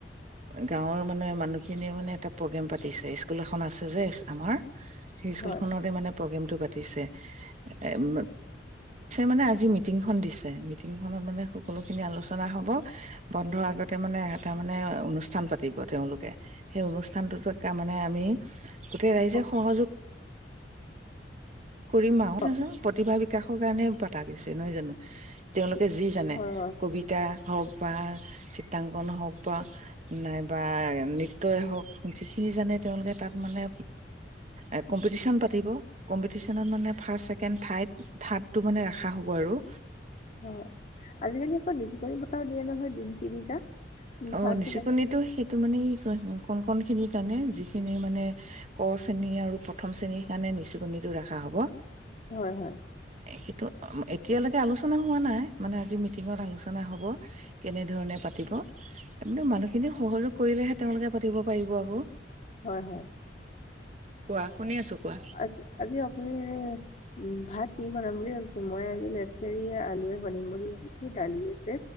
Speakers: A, on the right (about 40°); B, on the left (about 40°).
A: গাঁৱৰ মানে মানুহখিনি মানে এটা প্ৰগ্ৰেম পাতিছে ইস্কুল এখন আছে যে, আমাৰ সেই স্কুলখনতে
B: হয়
A: মানে প্ৰগ্ৰমটো পাতিছে এই ম মানে আজি মিটিংখন দিছে মিটিংখনত মানে সকলো খিনি আলোচনা হব বন্ধৰ আগতে মানে এটা মানে অনুষ্ঠান পাতিব তেওঁলোক সেই অনুষ্ঠানটোততে মানে আমি গোটেই ৰাইজে
B: অ,
A: সহযোগ কৰিম আৰু
B: অ,
A: <inaudible> প্ৰতিভা বিকাশৰ কাৰণে পাতা গৈছে নহয় জানো? তেওঁলো যি জানে,
B: হয় হয়
A: কবিতা হওক বা চিত্ৰাংকন হওক বা নাইবা নৃত্যই হওক যি কোনো যি জানে তেওঁলোকে তাত মানে এ কম্পিটিচন পাতিব কম্পিতি কম্পিটিচনত মানে ফাৰ্ষ্ট ছেকেণ্ড থাৰ্ড থাৰ্ডটো মানে ৰাখা হ'ব আৰু
B: অ আজিকালি আকৌ নিজিকণি বতও দিয়ে নহয় দিন তিনিটা <inaudible> উম,
A: অ
B: ফাৰ্ষ্ট
A: নিচুকণিতো
B: ছেকেণ্ড
A: সেইটো মানে কণকণখিনিক সেই কাৰণে যিখিনি মানে ক শ্ৰেণী আৰু প্ৰথম শ্ৰেণীৰ কাৰণে নিচুকনিটো ৰখা হ'ব
B: হয়- হয়
A: সেইটো এতিয়ালৈকে আলোচনা হোৱা নাই মানে আজি মিটিঙত আলোচনা হ'ব কেনেধৰণে পাতিব <unintelligible> মানুহখিনি সহযোগ কৰিলেহে তেওঁলোকে পাতিব পাৰিব আকৌ।
B: হয়, হয়।
A: কোৱা শুনি আছো কোৱা।
B: আ আজি আপুনি এনে ভাত কি বনাম বুলি ভাবিছো মই আজি লেচৰ আলুে বনিম বুলি ভাবিছো দালি আছে